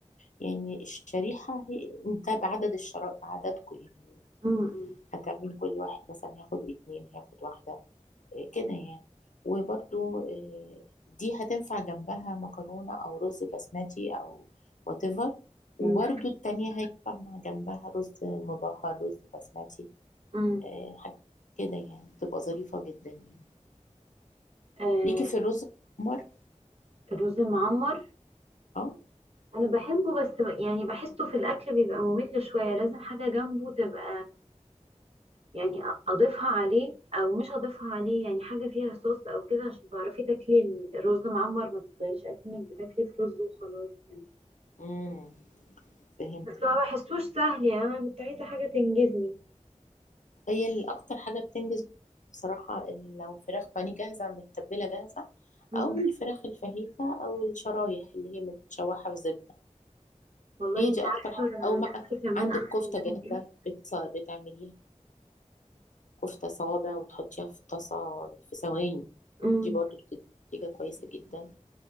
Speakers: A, on the left; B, on the right.
A: يعني الشريحة هي... ده بعدد الشرائح بعددكم يعني
B: امم
A: هتعمل كل واحد مثلا هياخد اتنين هياخد واحدة إيه كده يعني وبرضو إيه، دي هتنفع جنبها مكرونة أو رز بسمتي أو whatever وبرضو
B: مم.
A: التانية هينفع مع جنبها رز مبهر رز بسمتي
B: امم
A: إيه، حاجة كده يعني تبقى ظريفة جدا يعني
B: آه
A: ليكي في الرز الأحمر
B: الرز المعمر
A: اه
B: انا بحبه بس ب- يعني بحسه في الاكل بيبقى ممل شويه لازم حاجه جنبه تبقى يعني أ- اضيفها عليه او مش اضيفها عليه يعني حاجه فيها صوص او كده عشان تعرفي تاكلي الرز معمر ما تفضليش اكنك بتاكلي في رز وخلاص يعني
A: امم فهمتك
B: بس ما بحسوش سهل يعني انا كنت عايزه حاجه تنجزني
A: هي اللي اكتر حاجه بتنجز بصراحه إن لو فراخ بانيه جاهزه متبله جاهزه
B: امم
A: او الفراخ الفاهيتا او الشرايح اللي هي متشوحه في زبده
B: والله
A: هي
B: انت
A: دي
B: عارفه
A: اكتر حاجة. او ما
B: نفسي كمان
A: عندك
B: اعمل
A: كفته جاهزه
B: لهم ايه
A: بتص... بتعمليها كفته صوابع وتحطيها في طاسه في ثواني
B: امم
A: دي برضو بتدي نتيجه كويسه جدا